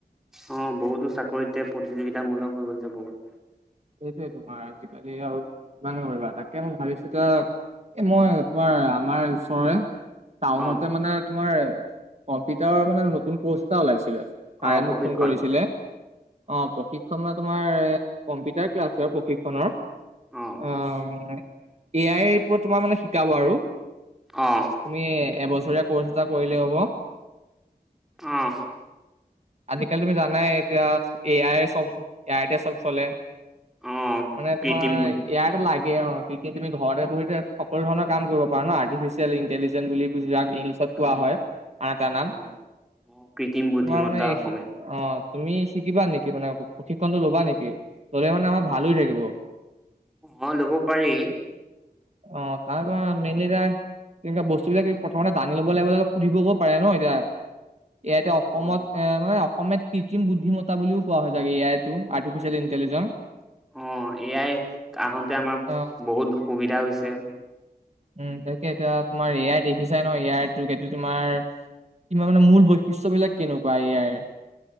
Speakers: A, in the centre; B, on the right.
A: অ', বহুতো চাকৰিতে প্ৰতিযোগিতামূলক হৈ গৈছে বহুত।
B: সেইটোৱে তোমাৰ আজিকালি আৰু কিমান কৰিবা তাকে মই ভাবিছো এ এ মই তোমাৰ আমাৰ ওচৰৰে টাউনতে
A: অ
B: মানে তোমাৰ কম্পিউটাৰৰ মানে নতুন কৰ্চ এটা ওলাইছিলে চাৰে
A: অ প্ৰশিক্ষণ
B: মোক ফোন কৰিছিলে অ', প্ৰশিক্ষণ তোমাৰ কম্পিউটাৰ ক্লাছ আৰু প্ৰশিক্ষণৰ
A: অ
B: অ'। এ আই এৰ ওপৰত তোমাৰ মানে শিকাব আৰু।
A: অ'।
B: তুমি এবছৰীয়া কৰ্চ এটা কৰিলেই হ'ব।
A: অ'।
B: আজিকালি তুমি জানাই এতিয়া এ আই চ এ আইটে চ'ব চলে।
A: অ',
B: মানে তোমাৰ
A: কৃত্ৰিম বুদ
B: ইয়াত লাগে অ' কি কি তুমি ঘৰতে বহি থা সকলোৰণৰ কাম কৰিব পাৰ ন' আৰ্টিফিচিয়েল ইণ্টেলিজেন্ বুলি যাক কোৱা
A: অ',
B: হয় আন এটা নাম
A: অ'।
B: তোমাৰ
A: অ', কৃত্ৰিম বুদ্ধিমত্তা
B: মানে এই
A: অসমীয়াত
B: অ', তুমি শিকিবা নেকি? তানে প্ৰশিক্ষণতটো ল'বা নেকি? ল'লে মানে আমাৰ
A: অ',
B: ভাল থাকিব।
A: অ', ল'ব পাৰি।
B: অ', তাৰ কাৰণে মেনলি এ তেনেকুৱা বস্তুিলাক প্ৰথমতে জানি ল'ব লাগ লগে সুধিবও পাৰে ন' এতিয়া। এয়া এতিয়া অসমত
A: অ',
B: এ মানে অসমীয়াত কৃত্ৰিম বুদ্ধিমতা বুলিও কোৱা হয় এ আইটো আৰ্টিফিচিয়েল ইণ্টেলিজেন্ঞ্চ।
A: অ', এয়াই আহোতে আমাৰ
B: অ
A: বহুত সুবিধা হৈছে।
B: উম, তাকে এতিয়া তোমাৰ এয়াই দেখিছাই ন ইয়াৰ <unintelligible> এটো তোমাৰ কিবা মানে মূল বৈশিষ্ট্য বিলাক কেনেকুৱা ইয়াৰ